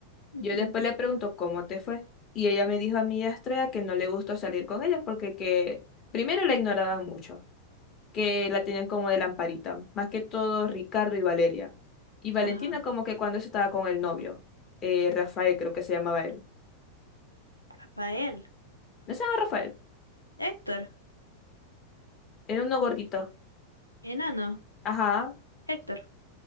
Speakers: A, on the right (about 85°); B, on the left (about 30°).
A: Ujú.
B: Yo después le pregunto cómo te fue. Y ella me dijo a mi Astrea que no le gustó salir con ellos porque que primero la ignoraban mucho, que la tenían como de lamparita, más que todo Ricardo y Valeria. Y Valentina
A: Ajá.
B: como que cuando eso estaba con el novio, eh, Rafael creo que se llamaba él.
A: Rafael.
B: ¿No se llama Rafael?
A: Héctor.
B: Era uno gordito.
A: Enano.
B: Ajá,
A: Héctor.